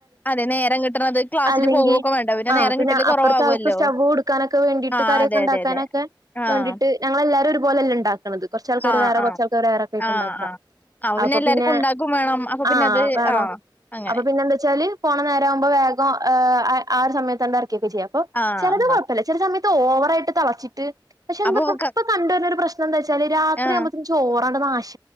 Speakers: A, on the left; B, on the right.
A: അതെ നേരം കിട്ടണത് ക്ലാസ്സിന്
B: അല്ലെങ്കി
A: പോവുക്കെ വേണ്ടേ പിന്നെ
B: ആഹ്
A: നേരം കിട്ടല് കൊറവാകുല്ലോ
B: അപ്പറത്തെ ആൾക്ക് സ്റ്റവ് കൊടുക്കാനൊക്കെ വേണ്ടിട്ട്
A: ആഹ്
B: കറിയൊക്കെ
A: അതെ
B: ഉണ്ടാക്കാനൊക്കെ
A: അതെ അതെ. ആഹ്
B: വേണ്ടിട്ട് ഞങ്ങളെല്ലാരും ഒരുപോലല്ലാ ഇണ്ടാക്കണത് കൊർച്ച് ആൾക്കാര്
A: ആഹ്
B: വേറെ
A: ആഹ്
B: കൊറച്ചാൾക്കാര് വേറൊക്കെയിട്ട്ണ്ടാക്ക.
A: ആഹ് ആഹ്
B: അപ്പൊ
A: എല്ലാർക്കും
B: പിന്നെ
A: ഉണ്ടാക്കും വേണം അപ്പൊ പിന്നെ
B: ആഹ്
A: അത്
B: വേണോ
A: ആഹ് അങ്ങനെ
B: അപ്പൊ പിന്നെന്താച്ചാല് പോണ നേരാവുമ്പോ വേഗം ഏഹ് ആഹ് ആഹ് ഒര് സമയത്താണ്ട് എർക്കിക്കെ ചെയ്യാം അപ്പൊ
A: ആഹ്
B: ചെലത് കൊഴപ്പല്ല.
A: ആഹ്
B: ചെല സമയത്ത് ഓവറായിട്ട് തളച്ചിട്ട് പക്ഷെ എന്താ
A: അപ്പൊ
B: ഇപ്പം
A: ക
B: ഇപ്പം കണ്ട് വര്ണ ഒരു പ്രശ്ന എന്താച്ചാല് രാത്രിയാകുമ്പോത്തിനും
A: ആഹ്
B: തോറാണ്ട് നാഷ്